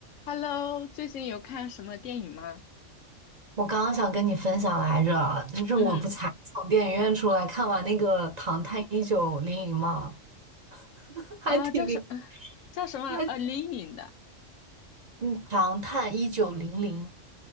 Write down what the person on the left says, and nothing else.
Hello，最近有看什么电影吗？
嗯，
呃，叫什呃 <laughs> 叫什么来呃，
灵隐的